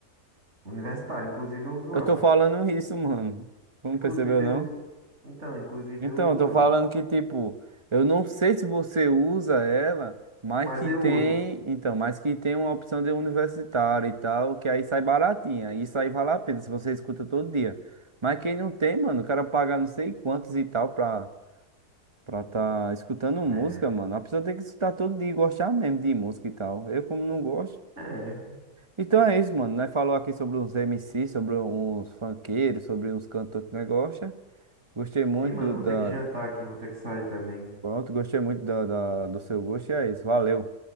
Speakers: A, on the right; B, on the right.
A: universitário. Inclusive eu uso
B: Eu
A: ela.
B: tô falando isso, mano. Não
A: Inclusive
B: percebeu,
A: eu
B: não?
A: uso. Então, inclusive
B: Então,
A: eu uso
B: eu tô
A: ela.
B: falando que, tipo, eu não sei se você usa ela, mas
A: Mas
B: que
A: eu
B: tem,
A: uso.
B: então, mas que tem uma opção de universitário e tal, que aí sai baratinha. Isso aí vale a pena se você escuta todo dia. Mas quem não tem, mano, o cara paga não sei quantos e tal pra, pra tá escutando
A: É.
B: música, mano. A pessoa tem que escutar todo dia e gostar mesmo de música e tal. Eu, como não gosto.
A: É.
B: Então é isso, mano. Nós falou aqui sobre uns MC, sobre uns funkeiros, sobre uns cantores que nós gosta. Gostei muito
A: Sim, mano,
B: do,
A: vou
B: da,
A: ter que jantar aqui, vou ter que sair também.
B: Pronto, gostei muito da, da- do seu gosto e é isso. Valeu.